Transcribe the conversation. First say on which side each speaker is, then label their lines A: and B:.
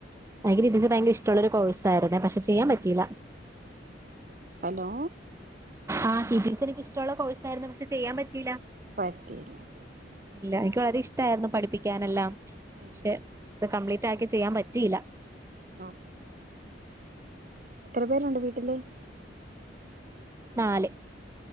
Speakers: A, on the right (about 15°); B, on the right (about 45°).
A: ഭയങ്കര <unintelligible> ഭയങ്കര ഇഷ്ടമുള്ളൊരു കോഴ്സായിരുന്നേ പക്ഷെ ചെയ്യാൻ പറ്റീല
B: ഹലോ
A: ആഹ് ടീചേഴ്സ് എനിക്ക് ഇഷ്ടുള്ള കോഴ്സ് ആയിരുന്നു പക്ഷെ ചെയ്യാൻ പറ്റിയില്ല
B: പറ്റിയില്ല ഓ
A: ഇല്ല എനിക്കാദ്യം ഇഷ് ഇഷ്ടായിരുന്നു പഠിപ്പിക്കാനെല്ലാം പക്ഷെ
B: ഉം ഉം
A: കംപ്ലീ റ്റാക്കി ചെയ്യാൻ പറ്റിയില്ല
B: ഓ എത്ര പേരുണ്ട് വീട്ടില്
A: നാല്